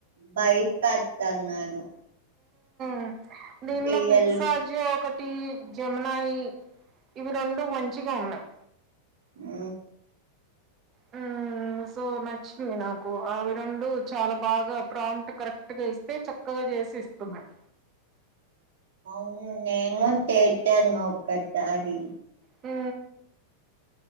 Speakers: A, on the right; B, on the right.
A: భయపడుతున్నారు
B: మ్ దింట్లో
A: సీరియల్
B: పిక్సఅజ్జు ఒకటి జెమినై ఇవి రెండు మంచిగా ఉన్నాయి
A: మ్ <inaudible>
B: హ్మ్ సో నచ్చింది నాకు అవి రెండు చాలా బాగా ప్రాంట్ కరెక్ట్ గా ఇస్తే చక్కగ చేసి ఇస్తున్నాయ్
A: అవును చేతను ఒకసారి
B: మ్